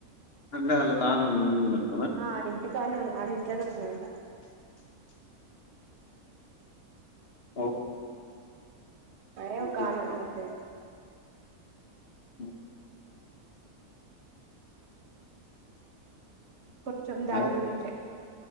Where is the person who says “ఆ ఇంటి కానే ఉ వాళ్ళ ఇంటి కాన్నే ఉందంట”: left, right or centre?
Right